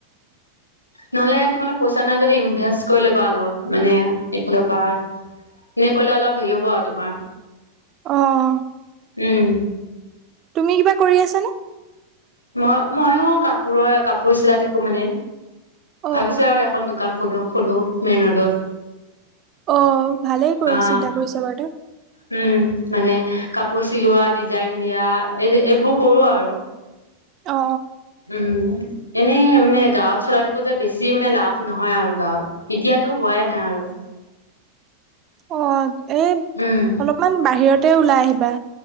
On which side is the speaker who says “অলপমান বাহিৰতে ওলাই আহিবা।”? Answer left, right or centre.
Right